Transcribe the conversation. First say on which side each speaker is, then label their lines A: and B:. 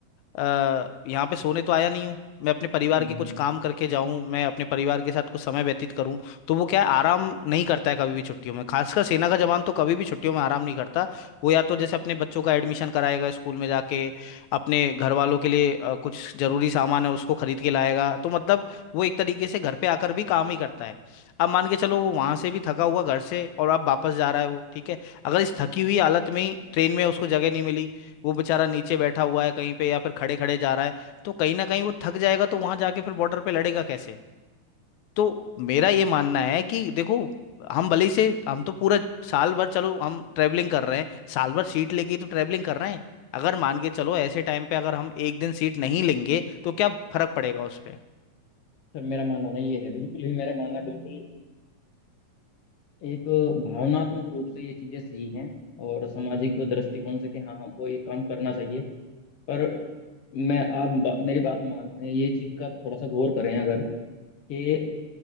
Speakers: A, on the left; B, on the left.
A: अ, यहाँ पे सोने तो आया नहीं हूँ मैं अपने परिवार
B: हम्म
A: के
B: हम्म।
A: कुछ काम करके जाऊं मैं अपने परिवार के साथ कुछ समय व्यतीत करूं तो वो क्या है आराम नहीं करता है कभी भी छुट्टियों में खासकर सेना का जवान तो कभी भी छुट्टियों में आराम नहीं करता वो या तो जैसे अपने बच्चों का एडमिशन कराएगा स्कूल में जाके अपने घर वालों के लिए अ, कुछ जरूरी सामान है उसको खरीद के लाएगा तो मतलब वो एक तरीके से घर पे आकर भी काम ही करता है अब मान के चलो वो वहां से भी थका हुआ घर से और अब वापस जा रहा है वो ठीक है अगर इस थकी हुई हालत में ही ट्रेन में उसको जगह नहीं मिली वो बेचारा नीचे बैठा हुआ है कहीं पे या फिर खड़े खड़े जा रहा है तो कहीं ना कहीं वो थक जाएगा तो वहां जाके फिर बॉर्डर पे लड़ेगा कैसे तो मेरा ये मानना है कि देखो हम भले ही से हम तो पूरा साल भर चलो हम ट्रैवलिंग कर रहे हैं साल भर सीट लेके ही तो ट्रैवलिंग कर रहे हैं अगर मान के चलो ऐसे टाइम पे अगर हम एक दिन सीट नहीं लेंगे तो क्या फर्क पड़ेगा उस पे
B: सर मेरा मानना ना ये है बिल्कुल ही मेरा मानना बिल्कुल एक भावनात्मक रूप से ये चीजें सही हैं और सामाजिक दृष्टिकोण से कि हाँ हमको ये काम करना चाहिए पर मैं आप बा, मेरी बात मान ये चीज का थोड़ा सा गौर करें अगर कि